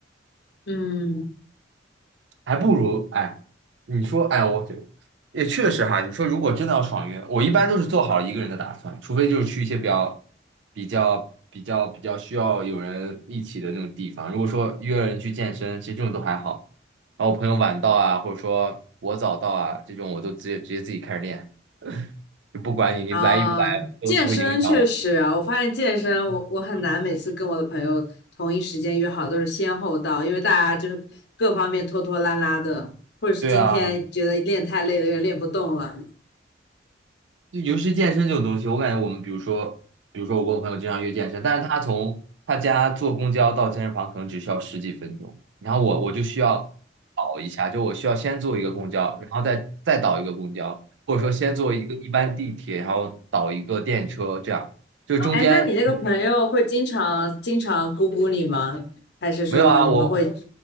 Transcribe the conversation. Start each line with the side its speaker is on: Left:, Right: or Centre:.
Left: 嗯，
Right: 还不如哎，你说哎，我就也确实哈，你说如果真的要爽约，我一般都是做好一个人的打算，除非就是去一些比较比较比较比较需要有人一起的那种地方。如果说约了人去健身，其实这种都还好。然后我朋友晚到啊，或者说我早到啊，这种我都直接直接自己开始练。就不管你你来与不来都不会影响我。
Left: 啊，健身确实啊，我发现健身我我很难每次跟我的朋友同一时间约好，都是先后到，因为大家就是各方面拖拖拉拉的，或者是今天觉得练太累了，
Right: 对啊，
Left: 有点练不动了。
Right: 就尤其是健身这种东西，我感觉我们比如说，比如说我跟我朋友经常约健身，但是他从他家坐公交到健身房可能只需要十几分钟，然后我我就需要倒一下，就我需要先坐一个公交，然后再再倒一个公交，或者说先坐一个一般地铁，然后倒一个电车，这样就中间。
Left: 哎，那你那个朋友会经常经常咕咕你吗？还是说你们会？
Right: 没有啊，我